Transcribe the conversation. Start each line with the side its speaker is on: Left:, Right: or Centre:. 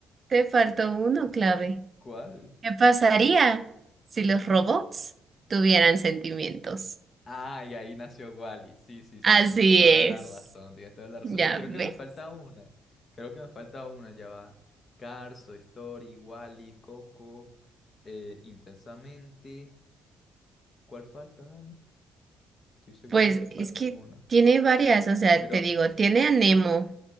Right: Te faltó uno clave.
Left: ¿Cuál?
Right: ¿Qué pasaría si los robots tuvieran sentimientos?
Left: Ah, y ahí nació Wally. Sí, sí, sí,
Right: Así
Left: tienes toda
Right: es.
Left: la razón, tienes toda la razón.
Right: ¿Ya
Left: Y creo
Right: ves?
Left: que me falta una. Creo que me falta una, ya va. Cars, Toy Story, Wally, Coco, eh, Intensamente. ¿Cuál falta, Dani? Estoy seguro
Right: Pues
Left: de que falta
Right: es que
Left: alguna.
Right: tiene varias, o sea,
Left: Pero,
Right: te digo, tiene a Nemo,